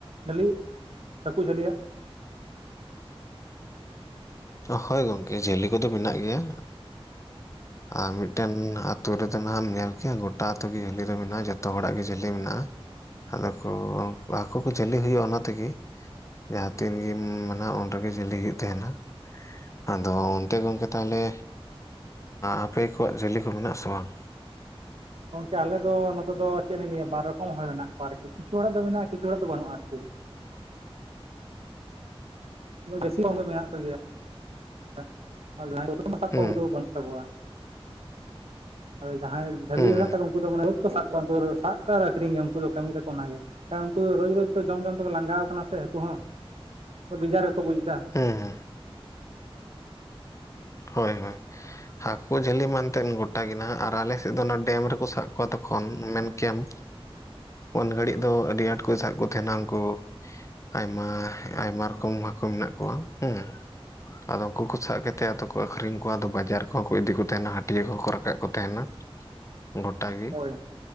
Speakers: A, on the right (about 75°); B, on the left (about 30°).
A: ᱡᱷᱟᱹᱞᱤ ᱦᱟᱹᱠᱩ ᱡᱷᱟᱹᱞᱤᱭᱟᱜ
B: ᱦᱳᱭ ᱜᱚᱝᱠᱮ ᱡᱷᱟᱹᱞᱤ ᱠᱚᱫᱚ ᱢᱮᱱᱟᱜ ᱜᱮᱭᱟ ᱟᱨ ᱢᱤᱫᱴᱮᱱ ᱟᱛᱩ ᱨᱮᱫᱚ ᱱᱟᱦᱟᱜ ᱮᱢ ᱧᱮᱞ ᱠᱮᱭᱟ ᱜᱚᱴᱟ ᱟᱛᱳ ᱜᱮ ᱡᱟᱹᱞᱤ ᱫᱚ ᱢᱮᱱᱟᱜᱼᱟ ᱡᱚᱛᱚ ᱦᱚᱲᱟᱜ ᱜᱮ ᱡᱷᱟᱹᱞᱤ ᱢᱮᱱᱟᱜᱼᱟ ᱟᱫᱚ ᱠᱚ ᱦᱟᱹᱠᱩ ᱠᱚ ᱡᱷᱟᱹᱞᱤ ᱦᱩᱭᱩᱜᱼᱟ ᱚᱱᱟ ᱛᱮᱜᱮ ᱡᱟᱦᱟᱸ ᱛᱤᱱ ᱜᱮᱢ ᱢᱮᱱᱟ ᱩᱱ ᱨᱮᱜᱮ ᱡᱷᱟᱞᱤ ᱦᱩᱭᱩᱜ ᱛᱟᱦᱮᱱᱟ᱾ ᱟᱫᱚ ᱚᱱᱛᱮ ᱜᱚᱝᱠᱮ ᱛᱟᱦᱚᱞᱮ ᱟᱯᱮ ᱠᱚᱣᱟᱜ ᱡᱷᱟᱞᱤ ᱠᱚ ᱢᱮᱱᱟᱜ ᱟᱥᱮ ᱵᱟᱝ?
A: ᱜᱚᱝᱠᱮ ᱟᱞᱮ ᱫᱚ ᱱᱚᱛᱮ ᱫᱚ ᱪᱮᱫ ᱞᱤᱧ ᱞᱟᱹᱭᱟ ᱵᱟᱨ ᱨᱚᱠᱚᱢ ᱦᱚᱲ ᱢᱮᱱᱟᱜ ᱠᱚᱣᱟ ᱟᱨᱠᱤ ᱠᱤᱪᱷᱩ ᱦᱚᱲᱟᱜ ᱫᱚ ᱢᱮᱱᱟᱜᱼᱟ ᱠᱤᱪᱷᱩ ᱦᱚᱲᱟᱜ ᱫᱚ ᱵᱟᱹᱱᱩᱜᱼᱟ ᱟᱨᱠᱤ <inaudible> <unintelligible> ᱵᱟᱹᱱᱩᱜ ᱛᱟᱠᱚᱣᱟ
B: ᱦᱩᱸ
A: ᱟᱫᱚ ᱡᱟᱦᱟᱸᱭ ᱡᱷᱟᱹᱞᱤ
B: ᱦᱩᱸ
A: ᱢᱮᱱᱟᱜ ᱛᱟᱠᱚ ᱩᱱᱠᱩ ᱫᱚ ᱢᱟᱱᱮ <inaudible> ᱥᱟᱵ ᱠᱚᱣᱟ ᱟᱨ ᱟᱠᱷᱨᱤᱧ ᱜᱮ ᱩᱱᱠᱩ ᱫᱚ ᱠᱟᱹᱢᱤ ᱛᱟᱠᱚ ᱚᱱᱟᱜᱮ᱾ ᱟᱨ ᱩᱱᱠᱩ ᱨᱳᱡ ᱨᱳᱡᱽ ᱛᱚ ᱡᱚᱢ ᱡᱚᱢ ᱛᱮᱠᱚ ᱞᱟᱸᱜᱟᱣ ᱠᱟᱱᱟ ᱥᱮ ᱦᱟᱹᱠᱩ ᱦᱚᱸ ᱵᱮᱡᱟᱨ ᱜᱮᱠᱚ ᱵᱩᱡ ᱮᱫᱟᱼᱼ
B: ᱦᱩᱸ ᱦᱩᱸ ᱦᱳᱭ ᱦᱳᱭ᱾ ᱦᱟᱹᱠᱳ ᱡᱷᱟᱹᱞᱤ ᱢᱮᱱᱛᱮᱱ ᱜᱚᱴᱟ ᱜᱮ ᱱᱟᱦᱟᱜ ᱟᱨ ᱟᱞᱮᱥᱮᱫ ᱫᱚ ᱚᱱᱟ ᱰᱮᱢ ᱨᱮᱠᱚ ᱥᱟᱵ ᱠᱚᱣᱟ ᱛᱚᱠᱷᱚᱱ ᱢᱮᱱᱼᱼ ᱠᱮᱢᱯ ᱩᱱ ᱜᱷᱟᱹᱲᱤᱡ ᱫᱚ ᱟᱹᱰᱤ ᱟᱸᱴ ᱠᱚ ᱥᱟᱵ ᱠᱚ ᱛᱟᱦᱮᱱᱟ ᱩᱱᱠᱩᱼᱼ ᱟᱭᱢᱟ ᱟᱭᱢᱟ ᱨᱚᱠᱚᱢ ᱦᱟᱹᱠᱩ ᱢᱮᱱᱟᱜ ᱠᱚᱣᱟ ᱦᱩᱸ ᱟᱫᱚ ᱩᱱᱠᱩ ᱠᱚ ᱥᱟᱵ ᱠᱮᱫᱼᱼ ᱛᱮ ᱟᱫᱚ ᱠᱚ ᱟᱠᱷᱨᱤᱧ ᱠᱚᱣᱟ ᱟᱫᱚ ᱵᱟᱡᱟᱨ ᱠᱚᱦᱚᱸ ᱠᱚ ᱤᱫᱤ ᱠᱚ ᱛᱟᱦᱮᱱᱟ ᱦᱟᱹᱴᱭᱟᱹ ᱠᱚᱦᱚᱸ ᱠᱚ ᱨᱟᱠᱟᱵ ᱠᱚ ᱛᱟᱦᱮᱱᱟ᱾ ᱜᱚᱴᱟ ᱜᱮ
A: ᱦᱳᱭ